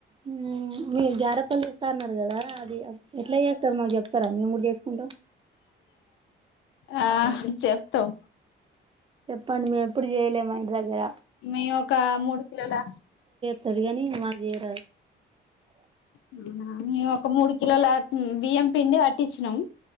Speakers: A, on the right; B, on the left.
A: హ్మ్మ్ మీగా దాపల్లి ఇస్తా అన్నారు కదా <unintelligible> ఎట్లా చేస్తారు మాకు చెప్తారా మేము కూడా చేసు ఉంటాం
B: ఆ చెప్తాం
A: పని మేము ఎప్పుడు చేయలే మా ఇంటి దగ్గర
B: మేం ఒక మూడు కిలోలా
A: తదిగని మాకు జ
B: మేమ్ ఒక మూడు కిలోల బియ్యం పిండి పట్ ట్టిచ్చినం